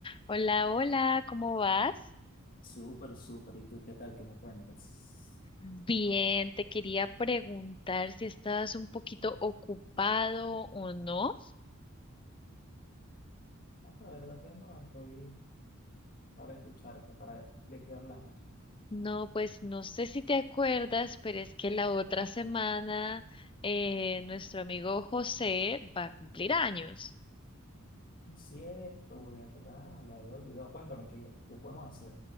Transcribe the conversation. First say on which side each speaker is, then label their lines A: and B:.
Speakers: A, on the left; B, on the left.
A: Hola, hola, ¿cómo vas?
B: Súper, súper. ¿Y tú qué tal? ¿Qué me cuentas?
A: Bien, te quería preguntar si estabas un poquito ocupado o no.
B: No, la verdad que no, estoy para escucharte, para de qué hablamos.
A: No, pues no sé si te acuerdas, pero es que la otra semana eh, nuestro amigo José va a cumplir años.
B: Y Cierto, ¿verdad? Lo había olvidado. Cuéntame, ¿qué, qué podemos hacer?